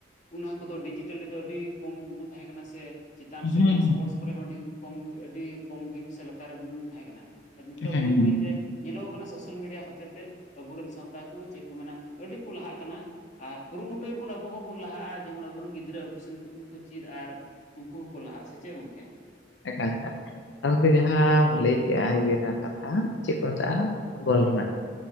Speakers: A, on the left; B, on the left.
A: ᱚᱱᱟ ᱠᱚᱫᱚ ᱰᱤᱡᱤᱴᱟᱹᱞ ᱨᱮ ᱫᱚ ᱟᱹᱰᱤ ᱠᱚᱢ ᱜᱮᱵᱩᱱ ᱛᱟᱦᱮᱸ ᱠᱟᱱᱟ ᱥᱮ ᱪᱮᱛᱟᱱ ᱥᱮ
B: ᱦᱮᱸ
A: ᱚᱱᱟ
B: ᱦᱮᱸ
A: ᱥᱯᱳᱨᱴᱥ ᱠᱚᱨᱮ ᱦᱚᱸ ᱟᱹᱰᱤ ᱠᱚᱢ ᱜᱮ ᱟᱹᱰᱤ ᱠᱚᱢ ᱜᱮ ᱥᱮ ᱞᱟᱛᱟᱨ ᱨᱮᱵᱩᱱ ᱛᱟᱦᱮᱸ ᱠᱟᱱᱟ᱾ ᱟᱨ ᱱᱤᱛᱚᱜ
B: ᱦᱮᱸ
A: ᱵᱟᱹᱭ
B: ᱦᱮᱸ
A: ᱵᱟᱹᱭ ᱛᱮ ᱧᱮᱞᱚᱜᱚᱜ ᱠᱟᱱᱟ ᱥᱳᱥᱟᱞ ᱢᱤᱰᱤᱭᱟ ᱦᱚᱛᱮ ᱛᱮ ᱟᱹᱵᱩ ᱨᱮᱱ ᱥᱟᱶᱛᱟ ᱠᱩ ᱪᱮᱜ ᱠᱩ ᱢᱮᱱᱟ ᱟᱹᱰᱤ ᱠᱩ ᱞᱟᱦᱟᱜ ᱠᱟᱱᱟ ᱟᱨ ᱠᱩᱨᱩᱢᱩᱴᱩᱭ ᱵᱩᱱ ᱟᱹᱵᱩ ᱦᱚᱸᱵᱩᱱ ᱞᱟᱦᱟᱜᱼᱟ ᱡᱮᱢᱚᱱ ᱟᱹᱵᱩᱨᱮᱱ ᱜᱤᱫᱽᱨᱟᱹ ᱟᱹᱵᱩ ᱥᱮᱱ ᱠᱷᱩᱱ ᱠᱩ ᱪᱤᱫᱽ ᱟᱨ ᱩᱱᱠᱩ ᱦᱩᱸᱠᱩ ᱞᱟᱦᱟᱜ-ᱟ ᱥᱮ ᱪᱮᱜ ᱜᱚᱝᱠᱮ?
B: ᱮᱠᱟᱞ ᱮᱠᱟᱞ ᱜᱚᱝᱠᱮ ᱡᱟᱦᱟᱸᱢ ᱞᱟᱹᱭ ᱠᱮᱜᱼᱟ ᱤᱭᱟᱹ ᱨᱮᱱᱟᱜ ᱠᱟᱛᱷᱟ ᱪᱮᱫ ᱠᱩ ᱢᱮᱛᱟᱜᱼᱟ ᱯᱷᱩᱴᱵᱚᱞ ᱨᱮᱱᱟᱜ